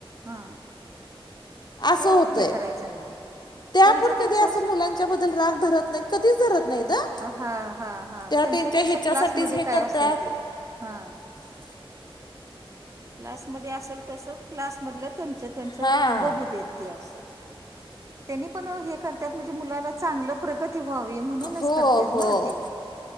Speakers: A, on the right; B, on the left.
A: हा.
B: असं
A: ते
B: होतय,
A: हे करायचं नाही
B: ते आपण
A: त्यांचं त्यांचं
B: कधी अस
A: स-
B: मुलांऽ च्याबद्दल राग धरत नाही, कधीच धरत नाही हं.
A: हा हा,,
B: त्या
A: त्यांचं
B: त्यांच्या
A: त्यांच
B: ह्याच्यासाठीच
A: क्लासमध्ये
B: हे
A: काय
B: करतात
A: असेल ते, हा, क्लासमध्ये असलं तसं, क्लासमधलं त्यांच त्यांच
B: हा
A: बघू देत ते असं. त्यांनी पन हे करत्यात, म्हणजे मुलाला चांगलं, प्रगती व्हावी म्हणूनच
B: हो
A: करत
B: हो
A: ना ते,